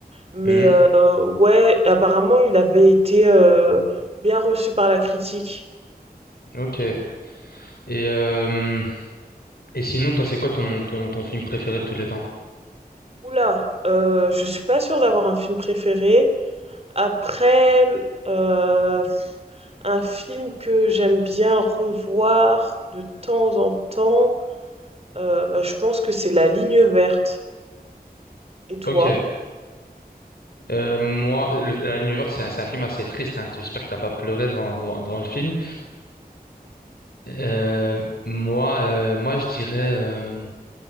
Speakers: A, on the right; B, on the left.
A: mais
B: Hmm,
A: heu, ouais, apparemment, il avait été, heu, bien reçu par la critique.
B: ok. Et, euh, et sinon, toi, c'est quoi ton, ton, ton film préféré de tous les temps?
A: Ouh là, je suis pas sûre d'avoir un film préféré. Après, heu, un film que j'aime bien revoir de temps en temps, heu, je pense que c'est La Ligne verte et toi?
B: Ok. Euh, moi, le- la Lune c'est un, c'est un film assez triste, hein. J'espère que t'as pas pleuré devant, devant, devant le film. Euh, moi, euh, moi, je dirais. euh,